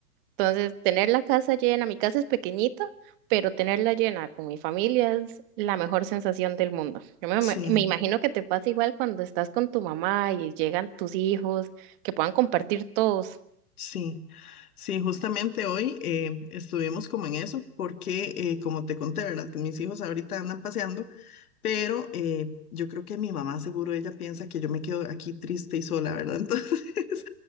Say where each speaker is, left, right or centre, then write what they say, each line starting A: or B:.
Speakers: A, on the right; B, on the left.
A: Entonces, tener la casa llena, mi casa es pequeñita, pero tenerla llena con mi familia es la mejor sensación del mundo. Yo me,
B: sí.
A: me- me imagino que te pasa igual cuando estás con tu mamá y llegan tus hijos, que puedan compartir todos.
B: Sí, sí, justamente hoy eh, estuvimos como en eso, porque eh, como te conté, ¿verdad? Que mis hijos ahorita andan paseando, pero eh, yo creo que mi mamá seguro ella piensa que yo me quedo aquí triste y sola, ¿verdad? <laughs> Entonces,